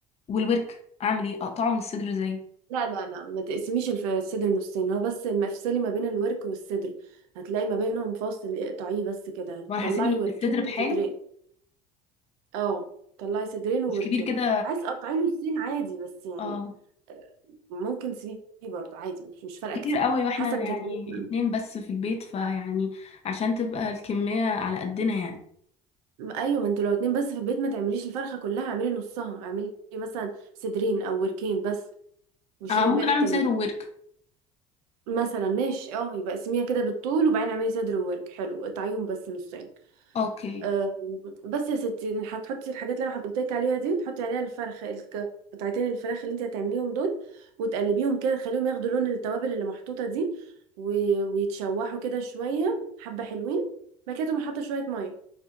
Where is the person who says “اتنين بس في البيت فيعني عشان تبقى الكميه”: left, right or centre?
Left